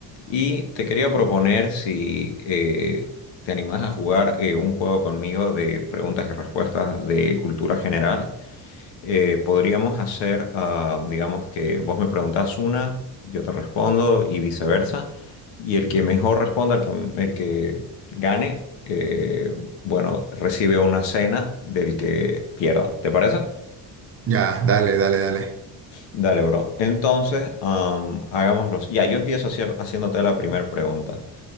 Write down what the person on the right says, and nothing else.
Ya, dale, dale, dale.